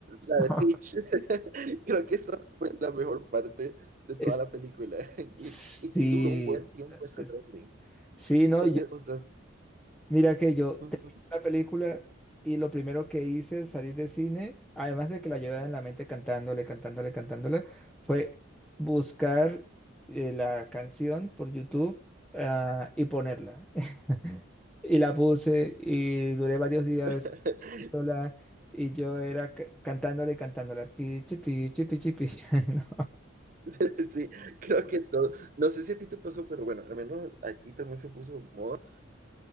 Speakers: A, on the right; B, in the centre.
A: la
B: <laughs>
A: de Peach. <laughs> Creo que esa fue la mejor parte de
B: Es,
A: toda la película. <laughs>
B: sí,
A: Y, y sí duró un buen tiempo
B: es-
A: ese
B: es-
A: trending.
B: sí, no,
A: E- e- o sea,
B: Mira que yo
A: ujú.
B: terminé la película y lo primero que hice al salir del cine, además de que la llevaba en la mente cantándole, cantándole, cantándola, fue buscar eh, la canción por YouTube ah, y ponerla. <laughs> Y la puse y duré varios días
A: <laughs>
B: cantándola y yo era ca- cantándole, cantándola. Pichi, pichi, pichi, pichi. <laughs> No.
A: <laughs> Sí, creo que todo. No sé si a ti te pasó, pero bueno, al menos aquí también se puso de moda.